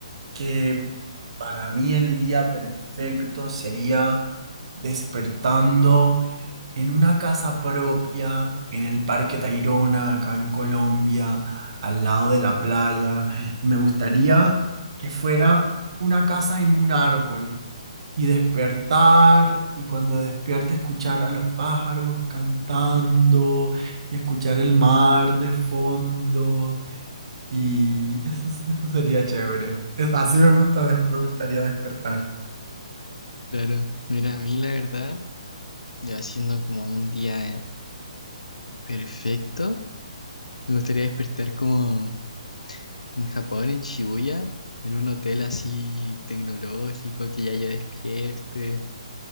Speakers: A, on the right (about 55°); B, on the left (about 80°).
A: que para mí el día perfecto sería despertando en una casa propia, en el Parque Tayrona, acá en Colombia, al lado de la playa. me gustaría que fuera una casa en un árbol y despertar y cuando despierte escuchar a los pájaros cantando y escuchar el mar de fondo y eso, es- eso sería chévere. Es, así me gusta, de- me gustaría despertar.
B: claro. Mira, a mí la verdad, ya siendo como un día perfecto. Me gustaría despertar como en Japón, en Shibuya, en un hotel así tecnológico, que ya yo despierte